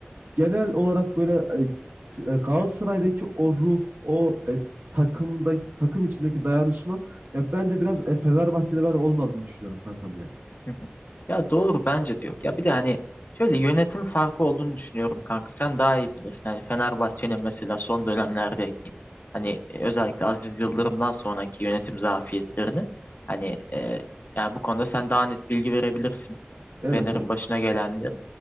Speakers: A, on the right; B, on the left.
A: genel olarak böyle e, e, Galatasaray'daki o ruh, o e, takımda takım içindeki dayanışma ya bence biraz e, Fenerbahçe'de ben olmadığını düşünüyorum kankam yani.
B: <laughs> Hı hı. Ya doğru bence de yok. Ya bir de hani şöyle yönetim farkı olduğunu düşünüyorum kanka. Sen daha iyi bilirsin. Hani Fenerbahçe'nin mesela son dönemlerdeki hani e, özellikle Aziz Yıldırım'dan sonraki yönetim zafiyetlerini hani e, yani bu konuda sen daha net bilgi verebilirsin.
A: Evet
B: Fener'in
A: evet.
B: başına gelenleri.